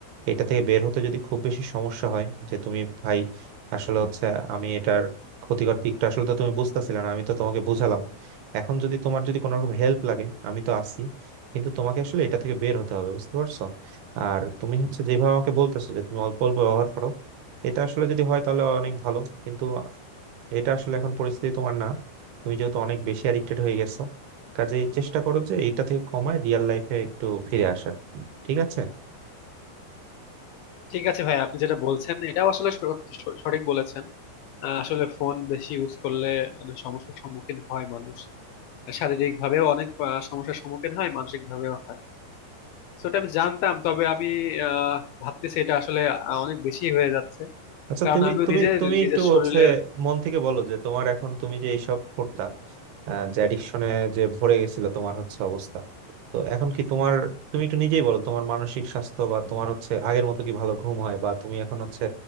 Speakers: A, on the right (about 70°); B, on the left (about 80°).
A: এটা থেকে বের হতে যদি খুব বেশি সমস্যা হয় যে তুমি ভাই আসলে হচ্ছে আমি এটার ক্ষতিকর দিকটা আসলে তো তুমি বুঝতেছিলে না আমি তো তোমাকে বুঝালাম এখন যদি তোমার যদি কোনো রকম হেল্প লাগে আমি তো আছি কিন্তু তোমাকে আসলে এটা থেকে বের হতে হবে বুঝতে পারছো আর তুমি হচ্ছে যেভাবে আমাকে বলতেছো যে তুমি অল্প অল্প ব্যবহার করো এটা আসলে যদি হয় তাহলে অনেক ভালো কিন্তু এটা আসলে এখন পরিস্থিতি তোমার না তুমি যেহেতু অনেক বেশি অ্যাডিক্টেড হয়ে গেছো কাজেই চেষ্টা করো যে এইটা থেকে কমায় রিয়েল লাইফে একটু ফিরে আসার ঠিক আছে
B: ঠিক আছে ভাই আপনি যেটা বলছেন এটাও আসলে সর- স- সঠিক বলেছেন আহ, আসলে ফোন বেশি ইউজ করলে অনেক সমস্যার সম্মুখীন হয় মানুষ শারীরিক ভাবেও অনেক আহ, সমস্যার সম্মুখীন হয় মানসিক ভাবেও হয় তো এটা আমি জানতাম তবে আমি আহ, ভাবতেছি এটা আসলে আহ, অনেক বেশি হয়ে যাচ্ছে
A: আচ্ছা
B: কারণ
A: তুমি
B: আমিও
A: তুমি
B: নিজে
A: তুমি
B: নিজের
A: একটু
B: শরীরের
A: হচ্ছে মন থেকে বলো যে তোমার এখন তুমি যে এইসব করতা আহ, যে অ্যাডিকশনে যে ভরে গেছিল তোমার হচ্ছে অবস্থা তো এখন কি তোমার তুমি একটু নিজেই বলো তোমার মানসিক স্বাস্থ্য বা তোমার হচ্ছে আগের মতো কি ভালো ঘুম হয় বা তুমি এখন হচ্ছে